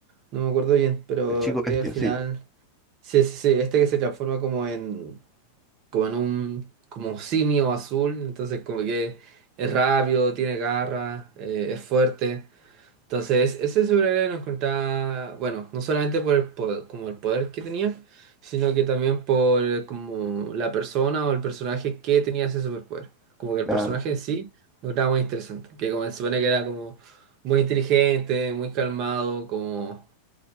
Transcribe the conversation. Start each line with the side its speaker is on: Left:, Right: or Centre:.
Right: No me acuerdo bien, pero
Centre: El chico
Right: eh,
Centre: bestia,
Right: al final.
Centre: sí,
Right: Sí, sí, sí, este que se transforma como en, como en un, como simio azul, entonces como que es rápido, tiene garra, eh, es fuerte. Entonces, ese superhéroe lo encontraba, bueno, no solamente por el poder, como el poder que tenía, sino que también por como la persona o el personaje que tenía ese superpoder. Como que
Centre: claro.
Right: el personaje en sí lo encontraba muy interesante, que como se supone que era como muy inteligente, muy calmado, como,